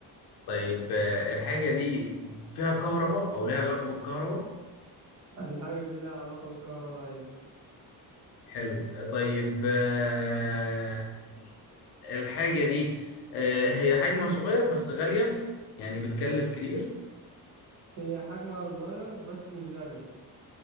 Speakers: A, on the left (about 75°); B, on the right (about 50°).
A: طيب آه، الحاجة دي فيها كهرباء او ليها علاقة بالكهرباء
B: الحاجة دي لها علاقة بالكهرباء أيوة
A: حلو آه، طيب آه، الحاجة دي آه، هي حجمها صغير بس غالية يعني بتكلف كتير
B: هي حجمها صغير بس مش غالية